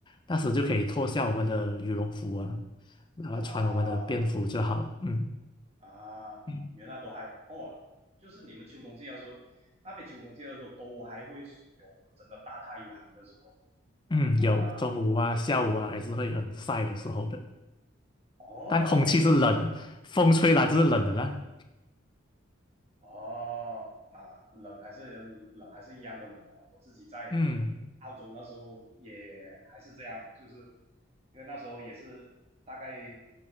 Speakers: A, on the left; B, on the right.
A: 那时就可以脱下我们的羽绒服啊，然后穿我们的便服就好。
B: 啊
A: 嗯
B: 啊，
A: 嗯
B: 原来都还哦，就是你们秋冬季的时候，那边秋冬季的时候都还会有真的大太阳的时候
A: 嗯，
B: 啊
A: 有中午啊、下午啊，还是会很晒的时候的，
B: 哦。
A: 但空气是冷的，风吹来就是冷的啦。
B: 哦，妈呀，冷还是冷还是一样的冷的了我自己在
A: 嗯
B: 澳洲那时候也还是这样，就是因为那时候也是大概